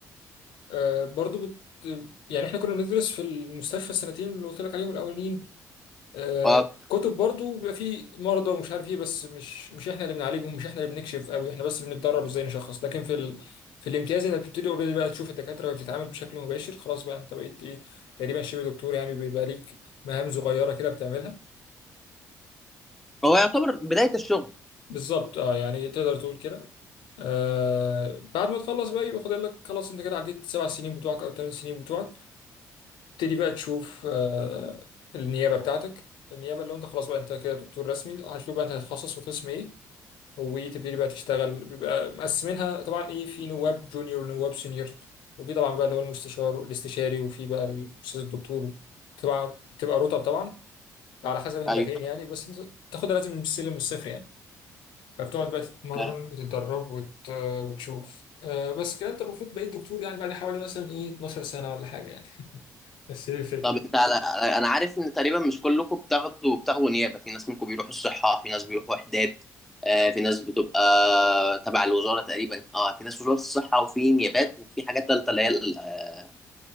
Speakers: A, on the left (about 65°); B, in the centre.
A: آه برضو بت يعني احنا كنا بندرس في المستشفى السنتين اللي قلت لك عليهم الاولين آه،
B: اه
A: كتب برضو بيبقى فيه مرضى ومش عارف ايه بس مش مش احنا اللي بنعالجهم مش احنا اللي بنكشف قوي احنا بس بنتدرب ازاي نشخص لكن في ال... في الامتياز انك بتبتدي اوريدي بقى تشوف الدكاتره بتتعامل بشكل مباشر خلاص بقى انت بقيت ايه تقريبا شبه دكتور يعني بيبقى ليك مهام صغيره كده بتعملها
B: هو يعتبر بداية الشغل
A: بالظبط اه يعني تقدر تقول كده آه بعد ما تخلص بقى يبقى فاضل لك خلاص انت كده عديت السبع سنين بتوعك او الثمان سنين بتوعك تبتدي بقى تشوف آه النيابه بتاعتك النيابه اللي هو انت خلاص بقى انت كده دكتور رسمي هتشوف بقى انت هتتخصص في قسم ايه وتبتدي بقى تشتغل بيبقى مقسمينها طبعا ايه في نواب جونيور ونواب سينيور وفي طبعا بقى اللي هو المستشار الاستشاري وفي بقى الاستاذ الدكتور طبعا بتبقى رتب طبعا على حسب انت
B: ايوه
A: فين يعني بس انت تاخدها لازم من السلم والصفر يعني فبتقعد بقى تتمرن
B: آه،
A: وتتدرب وت... وتشوف آه بس كده انت المفروض بقيت دكتور يعني بعد حوالي مثلا ايه 12 سنه ولا حاجه يعني بس هي الفكره
B: طب انت على على- انا عارف ان تقريبا مش كلكم بتاخدوا بتاخدوا نيابة في ناس منكم بيروحوا الصحة في ناس بيروحوا وحدات آه، في ناس بتبقى تبع الوزارة تقريبا اه في ناس وزارة الصحة وفي نيابات وفي حاجات تالتة اللي هي ال- آه،